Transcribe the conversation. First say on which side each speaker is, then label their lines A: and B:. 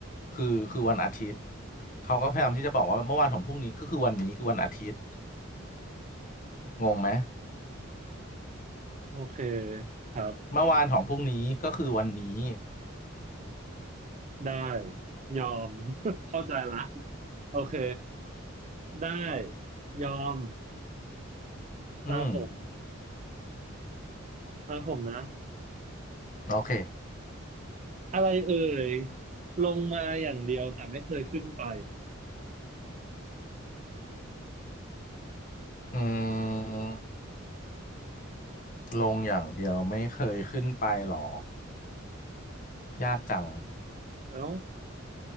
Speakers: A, on the left (about 40°); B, on the right (about 35°).
A: คือคือวันอาทิตย์เขาก็พยายามที่จะบอกว่าเมื่อวานของพรุ่งนี้ก็คือวันนี้คือวันอาทิตย์งงไหม
B: โอเคครับ
A: เมื่อวานของพรุ่งนี้ก็คือวันนี้
B: ได้ยอม <laughs> เข้าใจละโอเคได้ยอม
A: อืม
B: ตาผมตาผมนะ
A: โอเค
B: อะไรเอ่ยลงมาอย่างเดียวแต่ไม่เคยขึ้นไป
A: อืมลงอย่างเดียวไม่เคยขึ้นไปหรอยากจัง
B: เอ้า